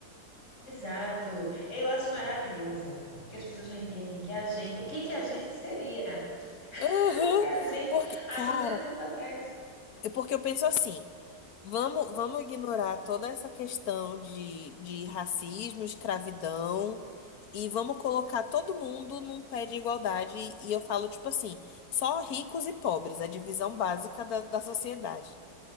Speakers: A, on the left (about 45°); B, on the left (about 65°).
A: Exato. Eu acho maravilhoso que as pessoas não entendem que a gente, o que que a gente seria <laughs>
B: Aham.
A: se a gente
B: Porque, cara,
A: há 200 anos atrás.
B: é porque eu penso assim, vamos, vamos ignorar toda essa questão de, de racismo, escravidão, e vamos colocar todo mundo num pé de igualdade, e eu falo, tipo assim, só ricos e pobres, a divisão básica da, da sociedade.